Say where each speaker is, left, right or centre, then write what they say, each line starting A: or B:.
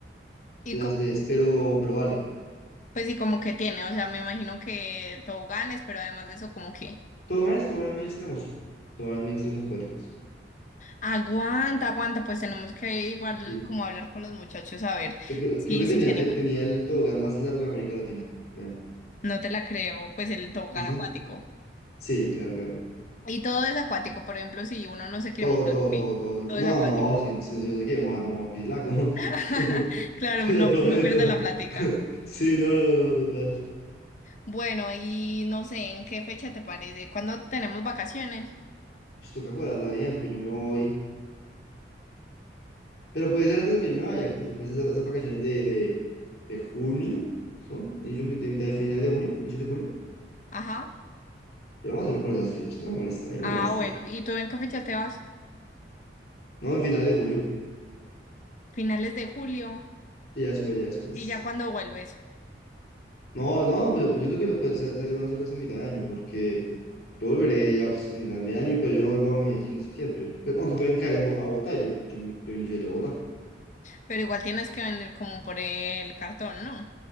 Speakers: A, on the left; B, on the left.
A: Y
B: las
A: co-
B: ves, pero, pero vale.
A: pues y como que tiene, o sea, me imagino que toboganes, pero además de eso, como que
B: Toboganes, toboganes muy extremos, toboganes muy extremos acuáticos.
A: aguanta, aguanta, pues tenemos que igual
B: Sí,
A: como hablar con los muchachos a ver
B: Te- creo
A: si
B: creo que tenía,
A: si se animan.
B: te- tenía el tobogán más largo de América Latina. creo.
A: No te la creo, pues el tobogán
B: Sí, sí.
A: acuático.
B: Sí, claro, claro.
A: Y todo es acuático, por ejemplo, si uno no se quiere
B: Todo,
A: mojar,
B: todo,
A: ¿qué?
B: todo, todo. se
A: Todo
B: acu- No,
A: es acuático.
B: no, si, si, si no se quiere mojar, no va a pisar. <laughs>
A: <laughs> Claro,
B: Te
A: no,
B: lo prometo.
A: no pierde la plática.
B: <laughs> Sí, no, no, no, total.
A: Bueno, y no sé, ¿en qué fecha te parece? ¿Cuándo tenemos vacaciones?
B: Pues toca guardarla bien porque yo me voy. Pero puede ser antes de que yo me vaya, incluso. Pues esas, esas vacaciones de, de, de junio son, de, inicio- de mitad de finales de junio, inicio de julio.
A: Ajá.
B: Pero vamos a hacerlo por esas fechas. No me molesta, a mí no
A: Ah,
B: me molestaría.
A: bueno, ¿y tú en qué fecha te vas?
B: No, en finales de julio.
A: Finales de julio
B: Sí, ya después, ya después.
A: y ya cuando vuelves.
B: No, no, pues yo creo que lo, pues, se, se deben hacerlo en mitad de año porque. Yo volveré ya pues, a final de año, y pues yo no vuelvo a Medellín ni siquiera. yo- pero aunque pueden caer en Bo- a Bogotá, yo, yo, me- yo inicio de Bogotá.
A: Pero igual tienes que venir como por el cartón, ¿no?